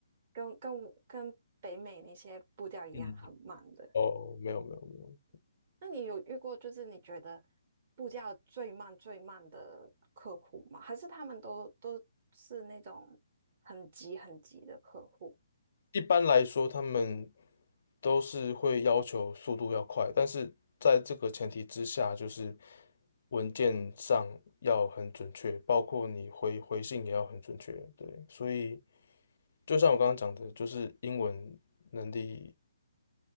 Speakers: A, on the right (about 40°); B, on the left (about 60°).
A: 跟跟跟北美那些步调一样很慢的。
B: 嗯，哦，没有没有没有。
A: 那你有遇过就是你觉得步调最慢最慢的客户吗？还是他们都都是那种很急很急的客户？
B: 一般来说，他们都是会要求速度要快，但是在这个前提之下，就是文件上要很准确，包括你回回信也要很准确。对，所以就像我刚刚讲的，就是英文能力